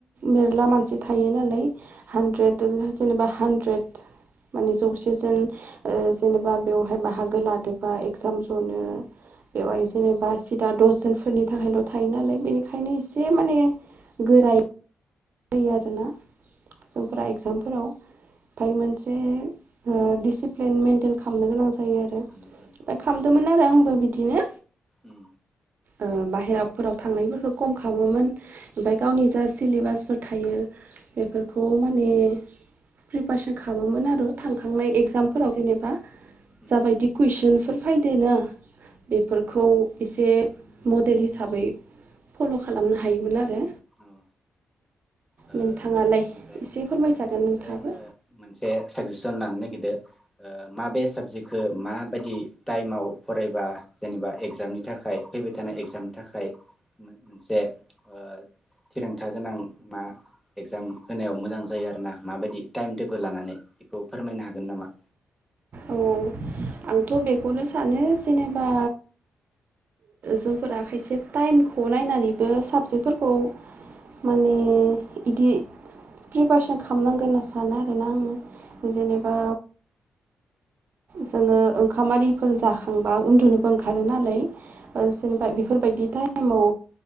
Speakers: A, on the right; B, in the centre.
A: मेरला मानसि थायो नालाय हानद्रेद जेनेबा हानद्रेद माने जौसे जोन ओ जेनेबा बेवहाय बाहागो लादोंबा एगजाम जनो बेवहाय
B: औ
A: जेनेबा सिदा दसजोनफोरनि थाखायल' थायो नालाय बेनिखायनो एसे माने गोराय जायो आरोना जोंफोरा
B: औ
A: एगजामफोराव ओमफाय मोनसे ओ डिसिप्लिन मेइेनटेन खामनो गोनां जायो आरो ओमफ्राय
B: उम उम
A: खामदोंमोन आरो आंबो बिदिनो
B: उम
A: ओ बाहेराफोराव थांनायफोरखौ खम खालामोमोन ओमफाय गावनि जा सिलेबासफोर थायो बेफोरखौ माने प्रिपारेसन खालामोन आरो थांखांनाय एगजामफोराव जेनेबा
B: उम
A: जाबायदि
B: उम
A: कुइसनफोर फायदो ना
B: उम
A: बेफोरखौ एसे मडेल हिसाबै फल' खालामनो हायोमोन आरो
B: अ ओ
A: नोंथाङालाय
B: ओमफ्राय नोंथांनिफ्राय
A: एसे फोरमायजागोन नोंथाङाबो
B: आङो मोनसे साजेस सन लानो नागिरदो ओ माबे साबजेकखो मा बायदि टाइमाव फरायबा जेनेबा एगजामनि थाखाय फैबाय थानाय एगजामनि थाखाय मोनसे ओ थिरांथा गोनां मा एगजाम होनायाव मोजां जायो आरो ना माबायदि टाइम टेबोल लानानै बेखौ फोरमायनो हागोन नामा
A: औ आंथ' बेखौनो सानो जेनेबा जोंफोरा खायसे टाइमखौ नायनानैबो साबजेक्टफोरखौ माने इदि प्रिपारेसन खालामनांगोन होनना सानो आरोना आङो जेनेबा जोङो ओंखामारिफोर जाखांबा उन्दुनोबो ओंखारो नालाय
B: औ
A: जेनेबा बेफोरबायदि टाइमाव